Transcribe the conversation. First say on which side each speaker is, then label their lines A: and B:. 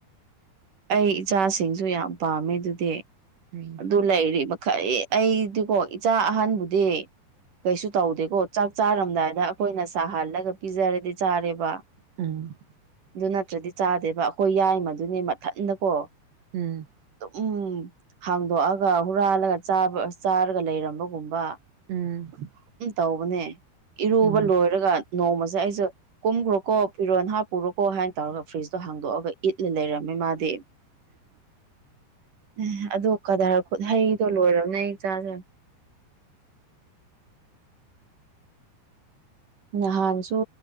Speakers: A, on the right (about 50°); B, on the right (about 80°).
A: ꯑꯩ ꯏꯆꯥꯁꯤꯡꯁꯨ ꯌꯥꯝ ꯄꯥꯝꯃꯦ ꯑꯗꯨꯗꯤ
B: <inaudible>
A: ꯑꯗꯨ ꯂꯩꯔꯤ ꯃꯈꯩ ꯑꯩꯗꯤꯀꯣ ꯏꯆꯥ ꯑꯍꯟꯕꯨꯗꯤ ꯀꯩꯁꯨ ꯇꯧꯗꯦꯀꯣ ꯆꯥꯛ ꯆꯥꯔꯝꯗꯥꯏꯗ ꯑꯩꯈꯣꯏꯅ ꯁꯥꯍꯜꯂꯒ ꯄꯤꯖꯔꯗꯤ ꯆꯥꯔꯦꯕ
B: ꯎꯝ
A: ꯑꯗꯨ ꯅꯠꯇ꯭ꯔꯗꯤ ꯆꯥꯗꯦꯕ ꯑꯩꯈꯣꯏ ꯌꯥꯏ ꯃꯗꯨꯅꯦ ꯃꯊꯟꯗꯀꯣ
B: ꯎꯝ
A: ꯑꯗꯨꯝ ꯍꯥꯡꯗꯣꯛꯑꯒ ꯍꯨꯔꯥꯜꯂꯒꯥ ꯆꯥꯔꯒ ꯂꯩꯔꯝꯕꯒꯨꯝꯕ
B: ꯎꯝ
A: ꯎꯝ ꯇꯧꯕꯅꯦ ꯏꯔꯨꯕ
B: ꯎꯝ
A: ꯂꯣꯏꯔꯒ ꯅꯣꯡꯃꯁꯦ ꯑꯩꯁꯨ ꯀꯨꯝꯈ꯭ꯔꯣꯀꯣ ꯐꯤꯔꯣꯟꯜ ꯍꯥꯞꯄꯔꯣꯀꯣ ꯍꯥꯏꯅ ꯇꯧꯔꯒ ꯐ꯭ꯔꯤꯖꯇꯣ ꯍꯥꯡꯗꯣꯛꯑꯒ ꯏꯠꯂ ꯂꯩꯔꯝꯃꯦ ꯃꯥꯗꯤ <inaudible> ꯑꯗꯣ ꯀꯙꯔ ꯈꯨꯠ ꯍꯩꯗꯣ ꯂꯣꯏꯔꯕꯅꯦ ꯏꯆꯥꯖꯦ ꯅꯍꯥꯟꯁꯨ